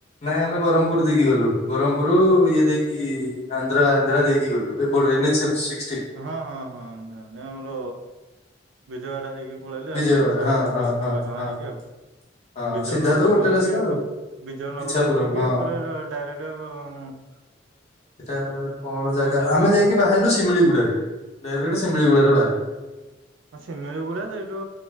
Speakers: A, on the left; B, on the right.
A: ନାଇଁ ଆମେ ବ୍ରହ୍ମପୁର ଦେଇକି ଗଲୁ ବ୍ରହ୍ମପୁର ଇଏ ଦେଇକି ଆନ୍ଧ୍ର ଆନ୍ଧ୍ରା ଦେଇକି ଗଲୁୁ ଏପଟେ ଏନ୍ ଏଚ୍ <unintelligible>
B: ହଁ ହଁ ହଁ ଜାଣିଲି ଆମର ବିଜବାଡା ହେଇକି ପଳେଇଲେ
A: ବିଜୟୱାଡା
B: ଆଉ ବିଶାଖା
A: ହଁ
B: ଏ
A: ହଁ
B: ବିଶପଟଣା
A: ହଁ ହଁ
B: ହେଇକି ଆଉ
A: ହଁ
B: ବିଜୟ
A: ସିଧା
B: ନଗର
A: ତ ଗୋଟେ
B: ମୁଁ ହେଇକି
A: ରାସ୍ତା ଆଉ
B: ବିଜୟ ନଗରମ
A: ଇଚ୍ଛାପୁରମ୍
B: ମୁଁ ହେଇକି
A: ହଁ।
B: ଏକରେ ଡାଇରେକ୍ଟ ଉଁ
A: ଏଟା କଣ ଜାଗା
B: ଦେଓମାଳି
A: ଆମେ ଯାଇକି
B: ଆଉ
A: ବାହାରିଲୁ ଶିମିଳିଗୁଡାରେ। ଡାଇରେଟ ଶିମିଳି
B: ଆଚ୍ଛା।
A: ଗୁଡାରେ ବାହାରିଲୁ।
B: ହଁ ସିମିଳି ଗୁଡା ସେଇଠୁ